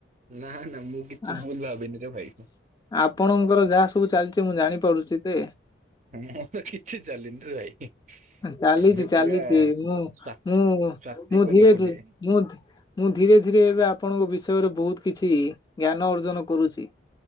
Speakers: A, on the right; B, on the left.
A: ନା ନା ମୁଁ କିଛି
B: ଆ
A: ଭୁଲ୍ ଭାବିନିରେ ଭାଇ।
B: ଆପଣଙ୍କର ଯାହା ସବୁ ଚାଲିଛି ମୁଁ ଜାଣିପାରୁଛି ତେ
A: ହଁ ମୁଁ ତ କିଛି ଚାଲିନିରେ ଭାଇ।
B: ଚାଲିଛି
A: ଆମେ
B: ଚାଲିଛି
A: ପୁରା
B: ମୁଁ
A: ସ୍ଵାତି
B: ମୁଁ
A: ସ୍ଵାତିକ
B: ମୁଁ ଧୀରେ
A: ଲୋକଟିଏ।
B: ଧୀରେ ମୁଁ ମୁଁ ଧୀରେ ଧୀରେ ଏବେ ଆପଣଙ୍କ ବିଷୟରେ ବହୁତ କିଛି ଜ୍ଞାନ ଅର୍ଜନ କରୁଛି।